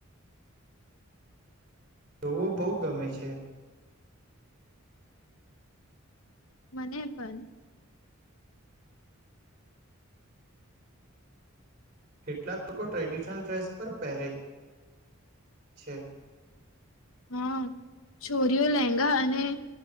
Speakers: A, on the right (about 35°); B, on the left (about 70°).
A: જોવો બહુ ગમે છે.
B: મને પણ
A: કેટલાક લોકો ટ્રેડિશનલ ડ્રેસ પર પહેરે છે.
B: હા છોરીઓ લેંહગા અને